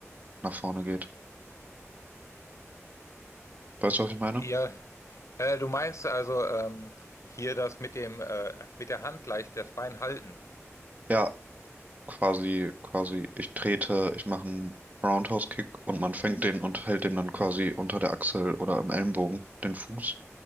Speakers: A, on the right; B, on the left.
A: nach vorne geht. Weißt du, was ich meine?
B: Ja, äh, du meinst also ähm, hier das mit dem äh, mit der Hand gleich das Bein halten.
A: Ja, quasi, quasi, ich trete, ich mache einen Roundhouse-Kick und man fängt den und hält den dann quasi unter der Achsel oder im Ellenbogen, den Fuß,